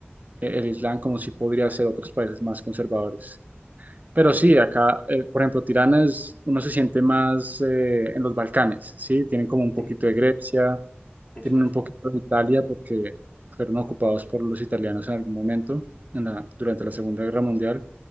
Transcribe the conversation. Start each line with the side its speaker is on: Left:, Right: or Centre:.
Right: eh, el Islam como si podría ser otros países más conservadores. Pero sí, acá, eh, por ejemplo, Tirana es, uno se siente más eh, en los Balcanes, ¿sí? Tienen como un poquito
Left: Sí,
Right: de Grecia,
Left: eso
Right: tienen
Left: es.
Right: un poquito de Italia porque fueron ocupados por los italianos en algún momento en la- durante la Segunda Guerra Mundial.